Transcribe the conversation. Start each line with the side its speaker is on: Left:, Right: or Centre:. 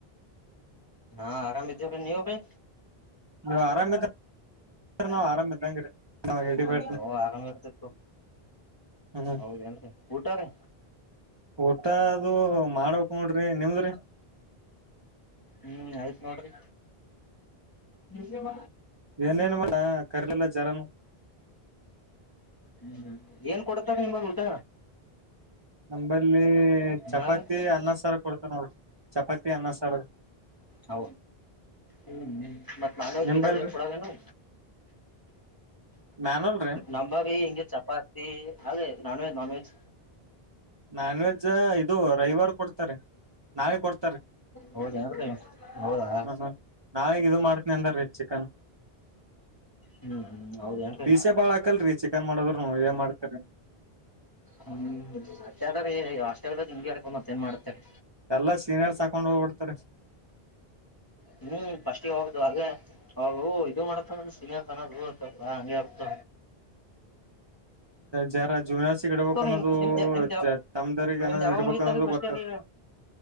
Left: ಹಾ ಆರಾಮ ಇದ್ದ ಗ್ಣಿ ಹೋಗೆ
Right: ನೀವು ಆರಾಮ ನವು ಆರಾಮದಂಗ್ರ ನಾವ್ ಹೇಳಬ
Left: ನಾವು ಆರಾಮ್ ಇರ್ತಿತ್ತು
Right: ಹ್ಮ್
Left: ಹೌದೇನ್ರಿ ಊಟ ರೀ
Right: ಊಟ ಅದು ಮಾಡಬೇಕಕ್ ನೋಡ್ರಿ ನಿಮ್ದ್ರಿ
Left: ಹ್ಮ್ ಆಯ್ತ್ ನೋಡ್ರಿ ವಿಷೇಮ
Right: ಏನೇನು ಮಾಡ ಕರ್ಲೆಲ್ಲ ಜರನು
Left: ಹ್ಮ್ ಏನ್ ಕೊಡ್ತಾರ ನಿಮಗ್ ಊಟ
Right: ನಂಬರ್ ಚಪಾತಿ
Left: ಹಾ ರೀ
Right: ಅನ್ನ ಸರ್ ಕೊಡ್ತ ನೋಡ್ರಿ ಚಪಾತಿ ಅನ್ನಸರ್
Left: ಹೌ ಹ್ಮ್ ಮತ್ ನಾನ್ ವಜ್
Right: ನಿಂಬಲ್ರಿ
Left: ಏನ ಕೊಡಲೇನು
Right: ಮ್ಯಾನುಲ್ ರೀ
Left: ನಂಬಾಗಿ ಹಿಂಗೆ ಚಪಾತಿ ಅಲೆ non veg non veg.
Right: Non veg ಇದು ರವಿವಾರ ಕೊಡ್ತಾರೀ ನಾಳಿ ಕೊಡ್ತಾರೀ
Left: ಹೌದೇನ್ರಿ ಹೌದಾ
Right: ಹ ನಾಳಿಗ್ ಇದು ಮಾಡ್ತನಿ ಅಂದಾರೀ ಚಿಕನ್.
Left: ಹ್ಮ್ ಹ್ಮ್ ಹೌದೇನ್ರಿ
Right: ಪೀಸೆ ಬಾಳ ಹಾಕಲ್ರಿ ಚಿಕನ್ ಮಾಡದ್ರುನು ಏನ್ ಮಾಡ್ ತರಿ
Left: ಹ್ಮ್ ಅತ್ತೆ ಅದ ಅಷ್ಟೇದಾಗ ನಿಮ್ಗೆ ಹಕೊಂಡ ಮತ್ ಏನ್ ಮಾಡತಾರ್.
Right: ಎಲ್ಲಾ ಸೀನಿಯರ್ಸ್ ಹಾಕೊಂಡ್ ಹೋಗ್ಬಿಡ್ತಾರೆ.
Left: ಹ್ಮ್ ಫಸ್ಟ್ಗೆ ಹೋಗ್ದ ಹಾಗೆ ಹೋಗ ಇದು ಮಾಡತ ಸಿನಲ್ಪ ಹಂಗೆ ಆರ್ತ.
Right: ಜರ ಜೂನಿರ್ಸಿಗ್ ಇಡ್ಬಬೇಕ ಅನ್ನೋದು
Left: ನಿಮ್ ನಿಮ್ದ ನಿಮ್ದ
Right: ತಮ್ದರಿಗಏನ
Left: ನಿಮ್ದ್ ಯಾವಾಗ
Right: ಇಡ್ಬೇಕ
Left: ಮುಗಿತವ
Right: ಅನ್ನೋದು
Left: ಫಸ್ಟ್
Right: ಗೊತ್ತಲ್ರಿ
Left: ಇಯರ್ ಈಗ